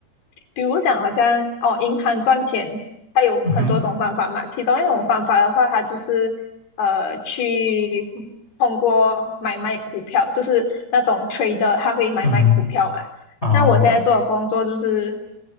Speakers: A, on the left; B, on the left.
A: 比如讲，好像哦，银行赚钱，它有很多种方法嘛。
B: 嗯哼，
A: 其中一种方法的话，它就是呃，去通过买卖股票，就是那种 trader，他会买卖股票嘛。
B: 嗯，哦，
A: 那我现在做的工作就是